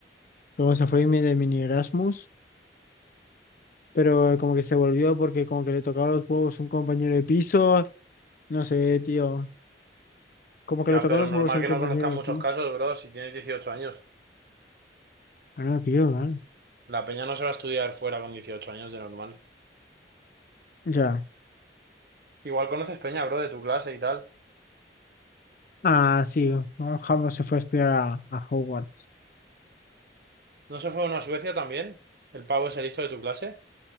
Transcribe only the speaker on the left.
Luego se fue mi- de mini Erasmus, pero eh, como que se volvió porque como que le tocaba los huevos un compañero de piso. No sé, tío. Como que
le tocaba
los
huevos al
compañero
de
piso.
Ah, no, tío, vale.
Ya.
Ah, sí. ¿no? Jambo se fue a estudiar a, a Hogwarts.